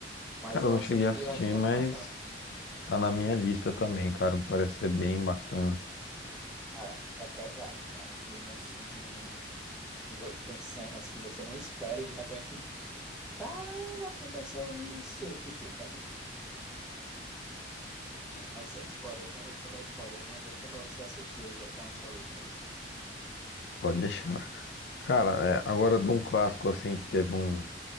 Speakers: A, in the centre; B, on the left (about 70°).
A: Mas
B: cara,
A: eu
B: eu não
A: assisti,
B: cheguei a assistir,
A: eu acho que ano
B: mas
A: passado.
B: tá na minha lista também, cara. Parece ser bem bacana.
A: Cara, é pesado. É um filme assim. Que vo- tem cenas que você não espera e de repente. Caramba, aconteceu isso! Tipo, é- mas sem spoilers, não vou dar spoilers, né? Deixa pra você assistir aí, já que tá na sua lista.
B: Pode deixar. Cara, é, agora de um clássico assim, que teve um,